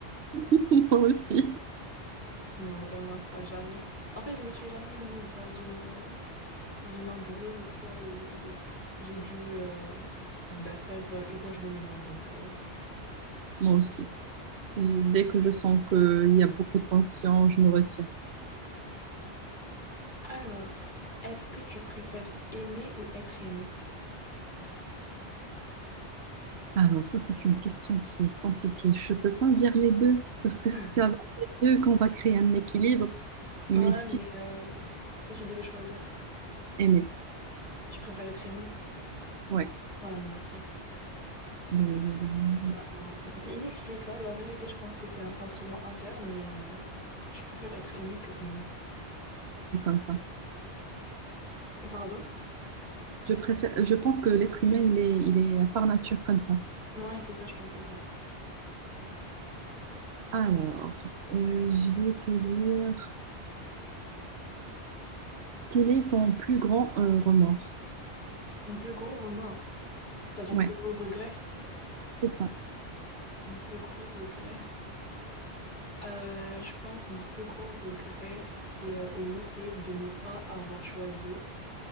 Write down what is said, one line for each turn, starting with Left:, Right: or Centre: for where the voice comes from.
Right: <laughs> Moi aussi.
Left: Non, vraiment pas jamais. En fait, je me suis jamais mise dans une, euh, dans une embrouille ou quoi, où j'ai dû euh, bah, faire euh, usage de mes mains, donc... euh,
Right: Moi aussi. Dès que je sens qu'il y a beaucoup de tension, je me retire.
Left: Alors, est-ce que tu préfères aimer ou être aimé?
Right: Alors ça, c'est une question qui est compliquée. Je ne peux pas dire les deux, parce que c'est
Left: <laughs>
Right: avec les deux qu'on va créer un équilibre, mais
Left: Ouais,
Right: si
Left: mais euh, si tu devais choisir,
Right: aimer.
Left: tu préfères être aimé?
Right: Ouais,
Left: Ouais, moi aussi.
Right: bien évidemment, ouais.
Left: Ouais, moi aussi. C'est inexplicable, la vérité, je pense que c'est un sentiment interne, mais euh, je préfère être aimé que aimé.
Right: c'est comme ça.
Left: Pardon?
Right: Je préfère, je pense que l'être humain, il est, il est par nature comme ça.
Left: Ouais, c'est ça, je pense aussi.
Right: Alors, euh, je vais te dire, quel est ton plus grand euh, remords?
Left: Mon plus gros remords, c'est-à-dire
Right: Ouais,
Left: mon plus gros regret?
Right: c'est ça.
Left: Mon plus gros regret. Euh, je pense mon plus gros regret, c'est euh, au lycée de ne pas avoir choisi.